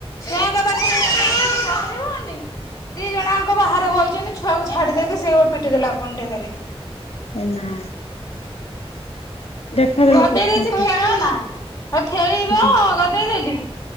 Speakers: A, on the left; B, on the left.
A: ଛୁଆଙ୍କ ପାଖରେ ଜଣେ ଆସିକି ବସିବନେଇ ଦି ଜଣଆ ଙ୍କ ବାହରେ ବଇଚନି ଛୁଆକୁ ଛାଡ଼ି ଦେଇକି ସିଏ ଓ ପିଟି ଦେଲା କଣ୍ଟେ ଧରିକି।
B: ଏ ନାଁ। ଦେଖାଯାଉ
A: ଗଦେଇ
B: କୋଉଠି
A: ଦେଇଚି ଖେଳନା ହେ ଖେଳିବ
B: କଣ
A: ଗଦେଇଦେଲି।